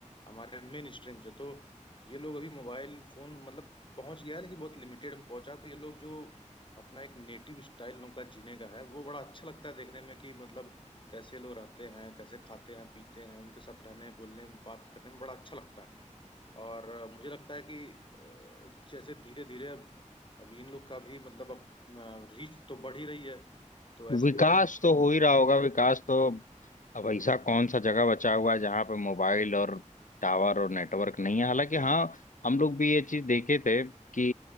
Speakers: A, on the left; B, on the left.
A: हमारे मेन स्ट्रीम से तो ये लोग अभी मोबाइल फोन मतलब पहुंच गया है लेकिन बहुत लिमिटेड में पहुंचा तो ये लोग जो अपना एक नेटिव स्टाइल उनका जीने का है वो बड़ा अच्छा लगता है देखने में कि मतलब कैसे लोग रहते हैं कैसे खाते हैं पीते हैं उनके साथ रहने बोलने बात करने में बड़ा अच्छा लगता है और अ, मुझे लगता है कि अ, जैसे धीरे धीरे अब अब इन लोग का भी मतलब अब रीच तो बढ़ ही रही है तो ऐसे
B: विकास
A: में
B: तो हो ही रहा होगा विकास तो अब ऐसा कौन सा जगह बचा हुआ है जहां पे मोबाइल और टावर और नेटवर्क नहीं है हालांकि हाँ हम लोग भी ये चीज देखे थे कि